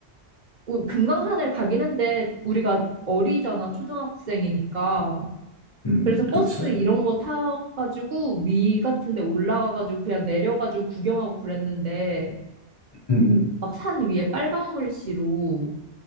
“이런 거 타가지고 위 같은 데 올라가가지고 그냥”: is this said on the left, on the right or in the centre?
Right